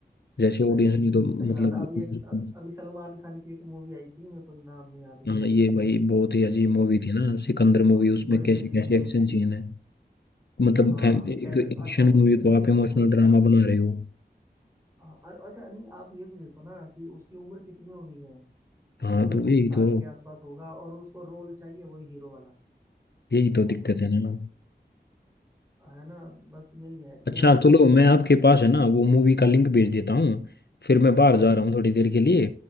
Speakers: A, on the left (about 65°); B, on the right (about 15°).
A: जैसे
B: सही
A: ऑडियंस ने तो मतलब
B: सही बात है अभी एक अभी सलमान खान की एक मूवी आई थी मेरे को नाम नहीं याद
A: हाँ,
B: उसका
A: ये
B: भी
A: भाई बहुत ही अजीब मूवी
B: वो,
A: थी ना सिकंदर मूवी
B: अ,
A: उसमें
B: बड़ी
A: कैसे
B: अजीब
A: कैसे
B: मूवी
A: एक्शन
B: थी
A: सीन है मतलब
B: हाँ
A: फैमिली
B: कैद
A: एक एक्शन
B: अच्छा उसमें
A: मूवी
B: ये
A: को आप इमोशनल
B: तक बोल दिया
A: ड्रामा बना रहे हो
B: हाँ, अ- अच्छा नहीं आप ये भी देखो ना कि उसकी उम्र कितनी हो गई है मेरे
A: हाँ
B: को
A: तो
B: लगता
A: यही
B: है कि साठ
A: तो
B: के आसपास होगा और उसको रोल चाहिए वही हीरो वाला
A: यही तो
B: मूवी
A: दिक्कत
B: में
A: है ना
B: है ना बस यही है कि
A: अच्छा
B: अब
A: चलो मैं आपके पास है ना वो मूवी का लिंक भेज देता हूँ फिर मैं बाहर जा रहा हूँ थोड़ी देर के लिए